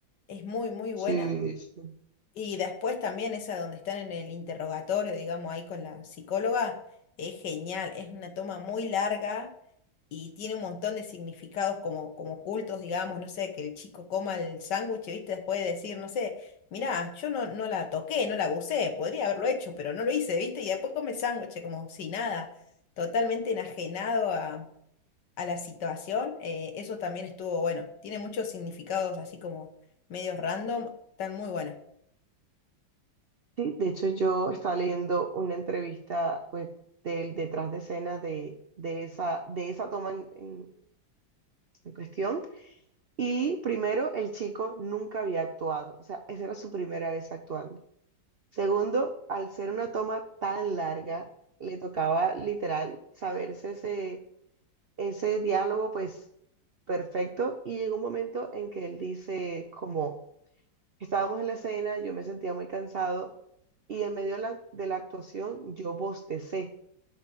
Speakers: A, on the left; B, on the right.
A: es muy, muy
B: Sí,
A: buena,
B: sí.
A: y después también esa donde están en el interrogatorio, digamos, ahí con la psicóloga, es genial, es una toma muy larga y tiene un montón de significados como, como ocultos, digamos, no sé, que el chico coma el sándwich, ¿viste? Después de decir, no sé, mirá, yo no, no la toqué, no la abusé, podría haberlo hecho, pero no lo hice, ¿viste? Y después come el sándwich como si nada, totalmente enajenado a, a la situación. eh, eso también estuvo bueno, tiene muchos significados así como medios random, están muy buenas.
B: Sí, de hecho yo estaba leyendo una entrevista pues del detrás de escena de, de esa, de esa toma en, en- en cuestión y primero el chico nunca había actuado, o sea, esa era su primera vez actuando. Segundo, al ser una toma tan larga, le tocaba literal saberse ese, ese diálogo pues perfecto y llegó un momento en que él dice como... Estábamos en la escena, yo me sentía muy cansado y en medio de la, de la actuación yo bostecé.